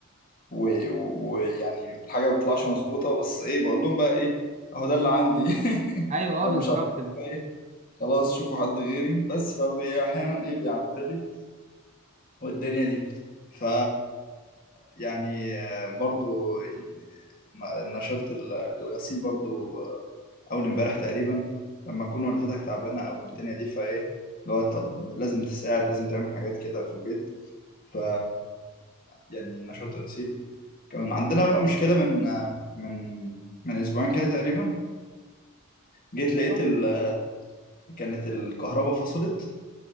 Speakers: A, on the left; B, on the right.
A: ويعني و... ويعني الحاجه ما بتطلعش مظبوطه بس ايه بقول لهم بقى ايه اهو ده اللي عندي <laughs>
B: ايوه
A: لو
B: اه بالظبط
A: مش عاجبكم إيه، خلاص شوفوا حد غيري بس فاحيانا ايه بيعدوها لي والدنيا دي ف يعني آه، برضو يعني ن- نشرت ال- الغسيل برضو آه، اول امبارح تقريبا لما تكون والدتك تعبانه او الدنيا دي فايه لو طب لازم تساعد لازم تعمل حاجات كده في البيت ف يعني نشرت الغسيل كان عندنا بقى مشكله من آه، من من اسبوعين كده تقريبا جيت لقيت
B: صح.
A: ال... كانت الكهرباء فصلت